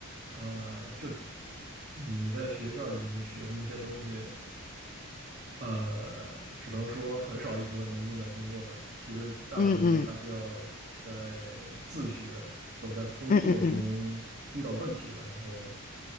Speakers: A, on the right; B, on the left.
A: 呃，就你在学校里面学的那些东西，呃，只能说很少一部分能用在工作上，其实大部分都还是要在自学或者在工作中遇到问题了，
B: 嗯嗯。嗯嗯嗯，
A: 然后